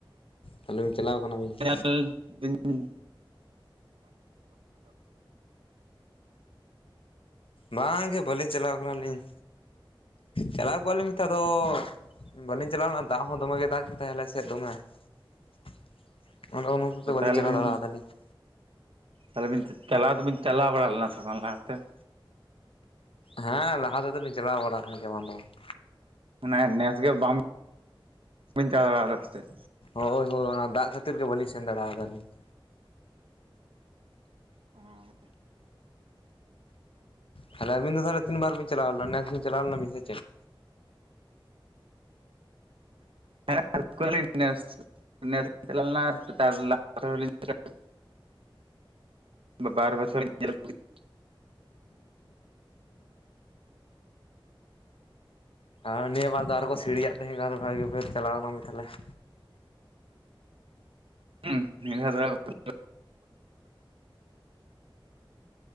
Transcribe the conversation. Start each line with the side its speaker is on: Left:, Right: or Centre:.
Left: ᱛᱷᱟᱞᱮ ᱵᱤᱱ ᱪᱟᱞᱟᱣ ᱠᱟᱱᱟ ᱵᱤᱱ ᱾
Right: <unintelligible> ᱦᱮᱸ
Left: ᱵᱟᱝᱜᱮ ᱵᱟᱹᱞᱤᱧ ᱪᱟᱞᱟᱣ ᱠᱟᱱᱟᱞᱤᱧ ᱪᱟᱞᱟᱣ ᱠᱚᱜ ᱞᱤᱧ ᱢᱮᱱᱛᱮ ᱟᱫᱚ ᱵᱟᱹᱞᱤᱧ ᱪᱟᱞᱟᱣ ᱞᱮᱱᱟ ᱫᱟᱜ ᱦᱚᱸ ᱫᱚᱢᱮ ᱜᱮ ᱫᱟᱜ ᱠᱮᱫᱛᱟᱭ ᱟᱞᱮ ᱥᱮᱫ ᱫᱚᱢᱮ ᱾ ᱚᱱᱟ ᱚᱱᱟᱛᱮ ᱦᱚᱛᱮᱛᱮ ᱵᱟᱹᱞᱤᱧ
Right: ᱛᱟᱦᱚᱞᱮ
Left: ᱪᱟᱞᱟᱣ
Right: ᱵᱤᱱ
Left: ᱫᱟᱲᱮᱭᱟᱫᱟᱜ ᱞᱤᱧ ᱾
Right: ᱛᱟᱦᱚᱞᱮ ᱵᱤᱱ ᱪᱟᱞᱟᱣ ᱫᱚᱵᱤᱱ ᱪᱟᱞᱟᱣ ᱵᱟᱲᱟ ᱞᱮᱱᱟ ᱥᱮ ᱵᱟᱝ ᱞᱟᱦᱟ ᱛᱮ ᱾
Left: ᱦᱮᱸ ᱞᱟᱦᱟᱸ ᱛᱮᱫᱚ ᱞᱤᱧ ᱪᱟᱞᱟᱣ ᱵᱟᱲᱟᱜ ᱟᱠᱟᱱᱟ ᱜᱮᱭᱟ ᱵᱟᱝ ᱫᱚ ᱵᱟᱝ ᱾
Right: ᱢᱟᱱᱮ ᱱᱮᱥ ᱜᱮ ᱵᱟᱝ ᱵᱟᱹᱧ ᱪᱟ ᱫᱟᱲᱮᱼᱟ ᱟᱫᱟ ᱥᱮ ᱪᱮᱫ
Left: ᱦᱳᱭ ᱦᱳᱭ ᱚᱱᱟ ᱫᱟᱜ ᱠᱷᱟᱹᱛᱤᱨ ᱜᱮ ᱵᱟᱹᱞᱤᱧ ᱥᱮᱱ ᱫᱟᱲᱮ ᱟᱫᱟᱞᱤᱧ ᱾
Right: ᱦᱚᱸᱻ
Left: ᱛᱟᱦᱞᱮ ᱟᱹᱵᱤᱱ ᱫᱚ ᱛᱟᱦᱚᱞᱮ ᱛᱤᱱ ᱵᱟᱨ ᱵᱤᱱ ᱪᱟᱞᱟᱣᱱᱟ ᱱᱮᱥ ᱵᱤᱱ ᱪᱟᱞᱟᱣ ᱞᱮᱱᱟ ᱵᱤᱱ ᱥᱮ ᱪᱮᱫ?
Right: <inaudible> ᱱᱮᱥ ᱱᱮᱥ ᱞᱤᱧ ᱪᱟᱞᱟᱣ ᱞᱮᱱᱟ ᱛᱷᱟᱨ ᱞᱟᱦᱟᱸ ᱵᱟᱨ ᱞᱤᱧ ᱪᱟᱞᱟᱣ <unintelligible> ᱵᱟᱨ
Left: ᱦᱮᱸ
Right: ᱵᱚᱪᱷᱚᱨ ᱞᱤᱧ ᱧᱮᱞ ᱟᱹᱜᱩ <unintelligible>
Left: ᱟᱨ ᱱᱤᱭᱟᱹ ᱵᱟᱨ ᱫᱚ ᱟᱨᱦᱚᱸ ᱠᱚ ᱥᱤᱲᱤᱭᱟᱜ ᱛᱟᱦᱮᱸ ᱠᱟᱱᱟ ᱵᱷᱟᱹᱜᱤ ᱵᱤᱱ ᱪᱟᱞᱟᱣ ᱞᱮᱱᱟ ᱢᱮ ᱛᱟᱦᱚᱞᱮ ᱾
Right: ᱦᱩᱸ ᱱᱤᱭᱟᱹ ᱫᱷᱟᱣ ᱫᱚ <unintelligible>